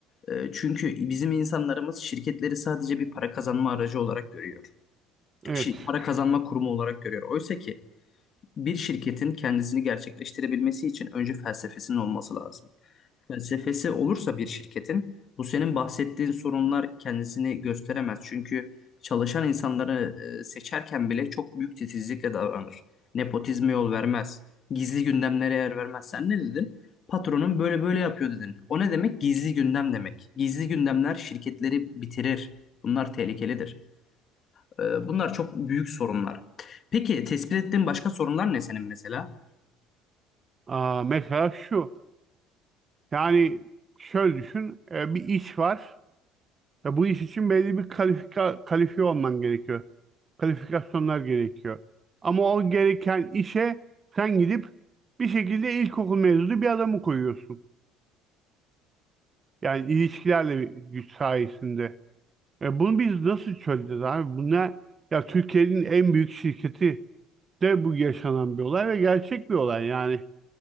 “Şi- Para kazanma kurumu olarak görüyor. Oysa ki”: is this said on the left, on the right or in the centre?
Left